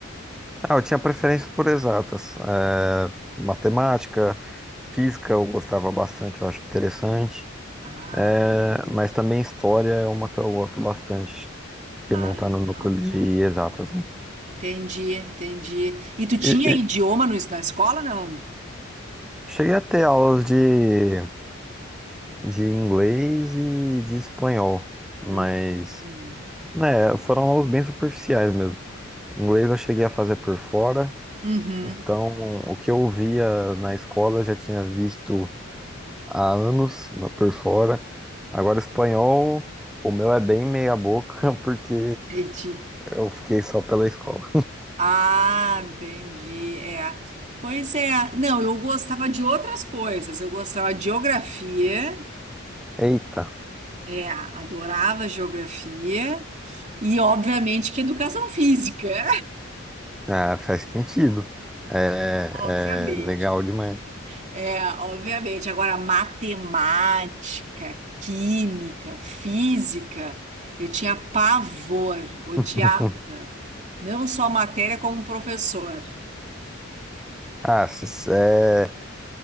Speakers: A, in the centre; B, on the right (about 35°).
A: Ah, eu tinha preferência por exatas. É, matemática, física eu gostava bastante, eu acho interessante.
B: Ah, entendi.
A: É, Mas também história é uma que eu gosto bastante, que
B: Ah,
A: não
B: legal,
A: tá no núcleo de
B: pô.
A: exatas, né?
B: Entendi, entendi. E tu tinha
A: E,
B: idioma
A: e
B: no, na escola, não?
A: cheguei a ter aulas de, de inglês e de espanhol, mas,
B: Hum. Hum.
A: né, foram aulas bem superficiais mesmo. Inglês eu cheguei a fazer por fora,
B: Uhum,
A: então o que eu via na escola eu já tinha visto há anos na- por fora. Agora espanhol, o meu é bem meia boca, <laughs> porque
B: entendi.
A: eu fiquei só pela escola.
B: Ah, entendi. É. Pois é. Não, eu gostava de outras coisas. Eu gostava de geografia,
A: Eita!
B: é, adorava geografia e, obviamente, que educação física. <laughs>
A: Ah, faz sentido. É,
B: Obviamente.
A: é legal demais.
B: É, obviamente. Agora, matemática, química, física, eu tinha pavor, odiava.
A: <laughs>
B: Não só a matéria, como o professor.
A: Ah, s- é,